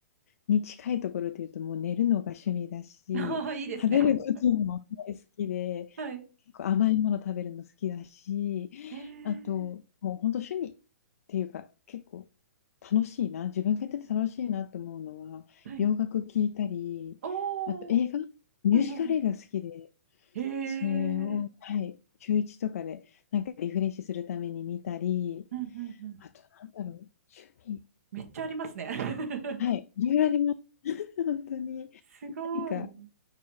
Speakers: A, on the left (about 65°); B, on the right (about 65°).
A: に近いところで言うと、もう寝るのが趣味だし、
B: ああ、いいですね。
A: 食べることも大好きで、
B: はい。
A: 結構甘いもの食べるの好きだし、
B: へえ、
A: あと、もう本当趣味っていうか、結構楽しいな、自分がやってて楽しいなと思うのは、
B: はい。
A: 洋楽聴いたり、
B: おー、
A: あと映画、ミュージカル映画好きで、
B: うんうんうん。へえ、
A: それを、はい、週1とかで、なんかリフレッシュするために見たり、
B: うんうんうん。
A: あとなんだろう、趣味
B: めっちゃありますね。<laughs>
A: はい、色々あります。<laughs> ほんとに。
B: すごい。
A: 何か